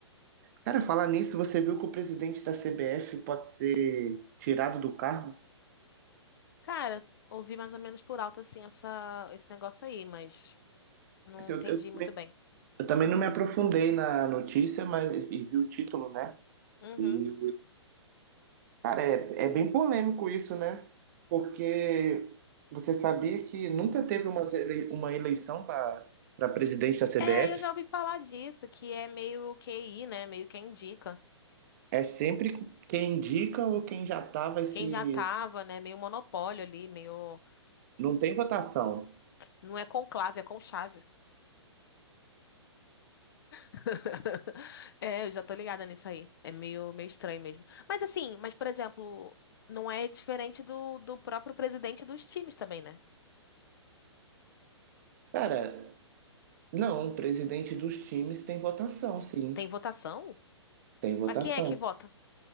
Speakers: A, on the right (about 35°); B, on the left (about 50°).
A: Cara, falar nisso, você viu que o presidente da CBF pode ser tirado do cargo?
B: Cara, ouvi mais ou menos por alto, assim, essa, esse negócio aí, mas não
A: Assim, Eu,
B: entendi
A: eu também,
B: muito bem.
A: eu também não me aprofundei na notícia, mas e vi o título, né?
B: Uhum.
A: E, cara, é, é bem polêmico isso, né? Porque você sabia que nunca teve uma, ele- uma eleição para para presidente da CBF?
B: É, eu já ouvi falar disso, que é meio QI, né? Meio quem indica.
A: É sempre quem indica ou quem já tá vai se.
B: Quem já tava, né? Meio monopólio ali, meio.
A: Não tem votação.
B: Não é conclave, é conchave. <laughs> É, eu já tô ligada nisso aí. É meio, meio estranho mesmo. Mas assim, mas por exemplo, não é diferente do, do próprio presidente dos times também, né?
A: Cara, Não, um presidente dos times tem votação, sim,
B: Tem votação?
A: tem votação.
B: Mas quem é que vota?